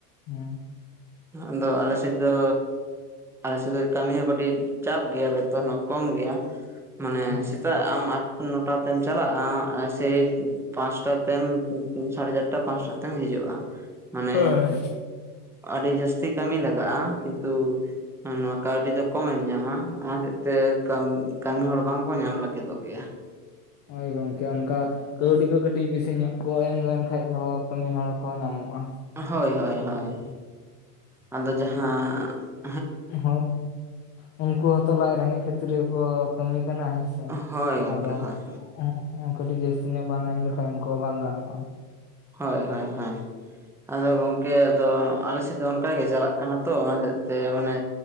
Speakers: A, on the left; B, in the centre.
A: ᱦᱮᱸ
B: ᱟᱫᱚ ᱟᱞᱮᱥᱮᱫ ᱫᱚ ᱟᱞᱮᱥᱮᱫ ᱫᱚ ᱠᱟᱹᱢᱤ ᱦᱚᱸ ᱠᱟᱹᱴᱤᱡ ᱪᱟᱯ ᱜᱮᱭᱟ ᱵᱮᱛᱚᱱ ᱦᱚᱸ- ᱠᱚᱢ ᱜᱮᱭᱟ ᱢᱟᱱᱮ
A: ᱦᱮᱸ
B: ᱥᱮᱛᱟᱜ ᱟᱢ ᱟᱴ ᱱᱚᱴᱟ ᱛᱮᱢ ᱪᱟᱞᱟᱜᱼᱟ ᱾ ᱟᱨ ᱥᱮᱭ ᱯᱟᱸᱪᱴᱟ ᱛᱮᱢ ᱥᱟᱲᱮ ᱪᱟᱨ ᱪᱟᱨᱴᱟ ᱯᱟᱸᱪᱴᱟ ᱛᱮᱢ ᱦᱤᱡᱩᱜᱼᱟ ᱢᱟᱱᱮ
A: ᱦᱳᱭ
B: ᱟᱹᱰᱤ ᱡᱟᱹᱥᱛᱤ ᱠᱟᱹᱢᱤ ᱞᱟᱜᱟᱜᱼᱟ ᱾ ᱠᱤᱱᱛᱩ ᱱᱚᱣᱟ ᱠᱟᱹᱣᱰᱤ ᱫᱚ ᱠᱚᱢᱮᱢ ᱧᱟᱢᱟ ᱚᱱᱟ ᱛᱮ ᱠᱟᱹᱢᱤ ᱠᱟᱹᱢᱤ ᱦᱚᱲ ᱵᱟᱝ ᱠᱚ ᱧᱟᱢ ᱞᱟᱹᱜᱤᱫᱚᱜ ᱜᱮᱭᱟ ᱾
A: ᱦᱳᱹᱭ ᱜᱚᱝᱠᱮ ᱚᱱᱠᱟ ᱾ ᱠᱟᱹᱣᱰᱤ ᱠᱚ ᱠᱟᱹᱴᱤᱡ ᱵᱤᱥᱤ ᱧᱚᱜ ᱠᱚ ᱮᱢ ᱞᱮᱱ ᱠᱷᱟᱡ ᱫᱚ ᱠᱟᱹᱢᱤ ᱦᱚᱲ ᱠᱚ ᱧᱟᱢᱚᱜᱼᱟ ᱾
B: ᱦᱳᱹᱭ ᱦᱳᱹᱭ ᱦᱳᱹᱭ ᱟᱫᱚ ᱡᱟᱦᱟᱸ ᱾
A: ᱦᱳᱹᱭ ᱩᱱᱠᱩ ᱦᱚᱸᱛᱚ ᱞᱟᱡ ᱨᱮᱸᱜᱮᱡ ᱠᱷᱟᱹᱛᱤᱨ ᱜᱮ ᱠᱚ, ᱠᱟᱹᱢᱤ ᱠᱟᱱᱟ ᱦᱮᱸᱥᱮ
B: ᱦᱳᱭ ᱜᱚᱝᱠᱮ
A: ᱟᱫᱚ
B: ᱦᱳᱭ
A: ᱾ ᱠᱟᱹᱴᱤᱡ ᱡᱟᱹᱥᱛᱤ ᱧᱚᱜ ᱵᱟᱝ ᱮᱢ ᱞᱮᱠᱷᱟᱡ ᱩᱱᱠᱩ ᱵᱟᱝ ᱜᱟᱱᱚᱜᱼᱟ ᱾
B: ᱦᱳᱹᱭ ᱦᱳᱹᱭ ᱦᱳᱹᱭ ᱟᱫᱚ ᱜᱚᱢᱠᱮ ᱟᱫᱚ ᱟᱞᱮᱥᱮᱫ ᱫᱚ ᱚᱱᱠᱟ ᱜᱮ ᱪᱟᱞᱟᱜ ᱠᱟᱱᱟ ᱛᱚ ᱚᱱᱟ ᱾ ᱢᱟᱱᱮ